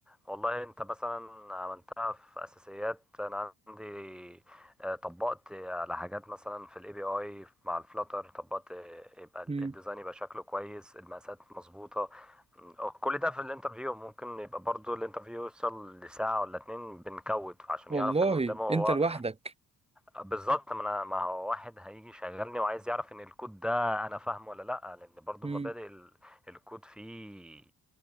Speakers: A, in the centre; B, on the right.
A: والله انت مثلا عملتها في اساسيات انا عندي آه، طبقت على حاجات مثلا في الاي بي اي مع الفلاتر طبقت آه، يبقى ال-
B: مم.
A: الديزاين يبقى شكله كويس المقاسات مظبوطه م، كل ده في الانترفيو ممكن يبقى برضو الانترفيو يوصل لساعه ولا اتنين بنكود عشان
B: والله
A: يعرف اللي قدامه هو
B: انت لوحدك
A: بالظبط ما انا ما هو واحد هيجي يشغلني وعايز يعرف ان الكود ده انا فاهمه ولا لا لان برضو
B: امم
A: مبادئ ال- الكود فيه